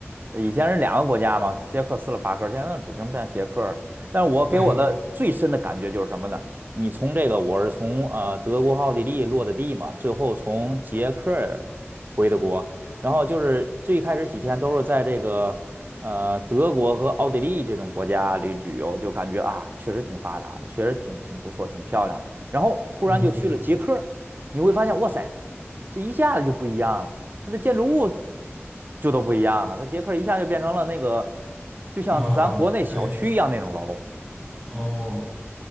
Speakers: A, on the right; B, in the centre.
A: 它以前是两个国家嘛，捷克斯洛伐克，现在只能变捷克。但是我给我的最深的感觉就是什么呢？
B: 对，
A: 你从这个，我是从呃德国、奥地利落的地嘛，最后从捷克儿回的国，然后就是最开始几天都是在这个呃德国和奥地利这种国家旅旅游，就感觉啊确实挺发达的，确实挺挺不错，挺漂亮的。然后突然就去了捷克儿你会发现哇塞，
B: 嗯，
A: 这一下子就不一样了，它的建筑物就都不一样了，它捷克儿一下就变成了那个就像咱国内小区一样那种楼。
B: 哦，对哦，